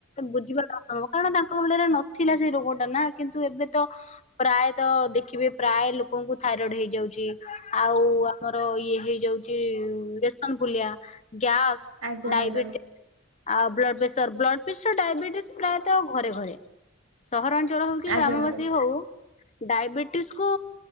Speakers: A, on the left; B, on the right.
A: ବୁଝିବା ନ <unintelligible> କାରଣ ତାଙ୍କ ବେଳେ ରେ ନ ଥିଲା ସେଇ ରୋଗ ଟା ନା କିନ୍ତୁ ଏବେ ତ ପ୍ରାୟତଃ ଦେଖିବେ ପ୍ରାୟ ଲୋକଙ୍କୁ ଥାଇରଏଡ ହେଇଯାଉଚି। ଆଉ ଆମର ଇଏ ହେଇଯାଉଛି ଏସନ ଫୁଲିଆ, ଗ୍ୟାସ୍
B: ଆଜ୍ଞା
A: ଡାଇବେଟିସ୍
B: ମ୍ୟାଡ଼ାମ
A: ଆଉ blood pressure blood pressure diabetes ପ୍ରାୟତଃ ଘରେ ଘରେ। ସହରାଞ୍ଚଳ ହଉ କି
B: ଆଜ୍ଞା
A: ଗ୍ରାମବାସୀ
B: ମ୍ୟାଡ଼ାମ୍
A: ହଉ। ଡାଇବେଟିସକୁୁ